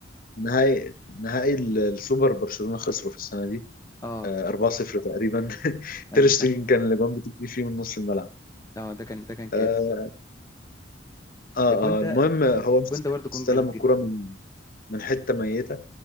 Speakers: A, on the left; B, on the left.
A: نهائي نهائي ال- السوبر برشلونة خسروا في السنة دي
B: اه
A: آه، 4-0 تقريبا <laughs>
B: ايوه
A: تير شتيجن
B: صح
A: كان الأجوان بتجي فيه من نص الملعب
B: اه ده كان ده كان كاس
A: اه اه
B: الجون
A: آه،
B: ده
A: المهم هو
B: الجون ده برضه جون
A: استلم
B: جامد جدا
A: الكرة من من حتة ميتة